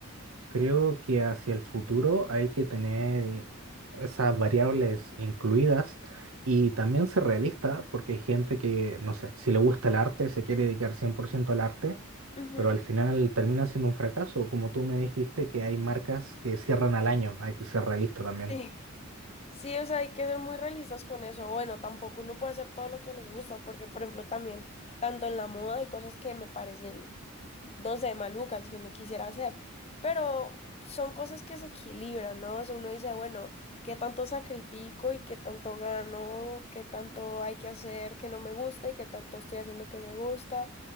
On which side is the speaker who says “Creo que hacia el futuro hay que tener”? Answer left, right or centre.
Right